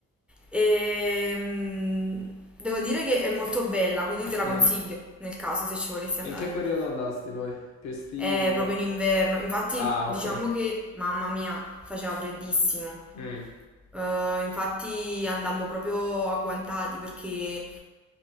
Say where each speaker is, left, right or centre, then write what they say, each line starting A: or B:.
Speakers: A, in the centre; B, on the left.
A: e mm, devo dire che è molto bella, quindi te la
B: Mm.
A: consiglio nel caso se ci volessi
B: E
A: andare.
B: in che periodo andasti poi? Più estivo?
A: È proprio in inverno, infatti
B: Ah,
A: diciamo
B: ok.
A: che, mamma mia, faceva freddissimo.
B: Mm.
A: Eh, infatti andammo proprio agguantati perché eh,